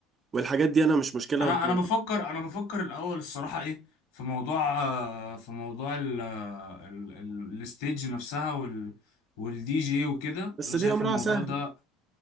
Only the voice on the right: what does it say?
والحاجات دي انا مش مشكلة
انا هقولها.
بس
دي
امرها
سهل